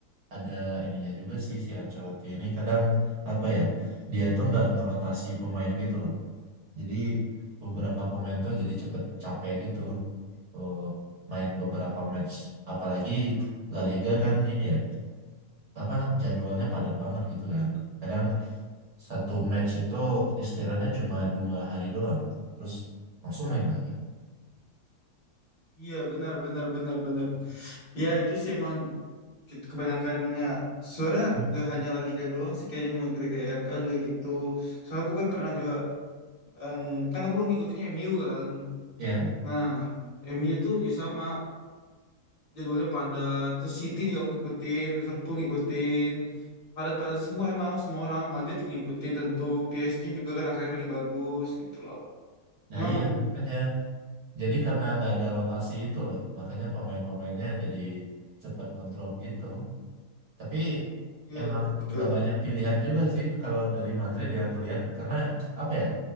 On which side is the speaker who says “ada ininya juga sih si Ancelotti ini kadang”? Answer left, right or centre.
Right